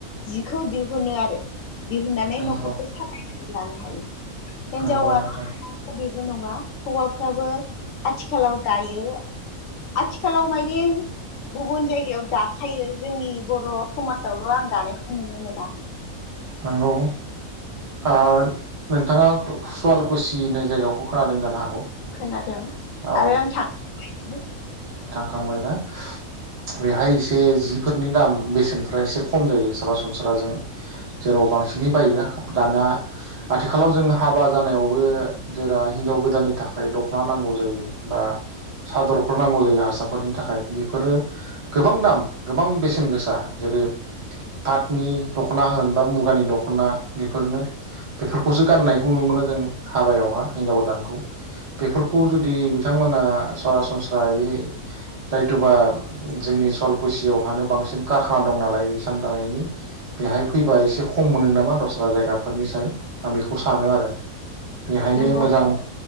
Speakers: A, on the left; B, on the right.
A: जिखौ दिहुनो आरो। दिहुननानै
B: नंगौ
A: न'खरखौ सालायनो लानो हायो। हिनजावा
B: नंगौ नोंथां
A: <unintelligible> बो नङा हौवाफ्राबो आथिखालाव दायो आथिखालाव माइरें गुबुन जायगायाव दा खायो जोंनि बर' समाजावल' आं दानायखौ नुनो मोना।
B: नोंगौ ओ नोंथाङा सुवालकुसि होननाय जायगाखौ खोनादों जानो हागौ।
A: खोनादों
B: औ
A: आरो आं थां <inaudible> बायबो
B: थांबायना? बेहाय इसे जिफोरनि दाम बेसेनफ्रा एसे खम जायो सरासनस्राजों जेराव बांसिनै बायो दाया आथिखालाव जों हाबा जानायावबो जेरा हिनजाव गोदाननि थाखाय दख'ना नांगौ जायो बा सादरफोर नांगौ जायो हारसाफोरनि थाखाय बेफोरो गोबां दाम गोबां बेसेन गोसा जेरै फातनि दख'ना होन बा मुगानि दख'ना बेफोरनो बेफोरखौसो गाननायखौ नुनो मोनो जों हाबायावहा हिनजाव गोदानखौ बेफोरखौ जुदि बिथांमोना सरासनस्रायै जायथुबा जोंनि सवालकुसियावहानो बांसिन कारखाना दं नालाय इसान दानायनि बेहाय फैबा एसे खम मोनो नामा दस्रा जायगा फोरनि साय आं बेखौ सानो आरो बेहायनो
A: नोंगौ
B: मोजां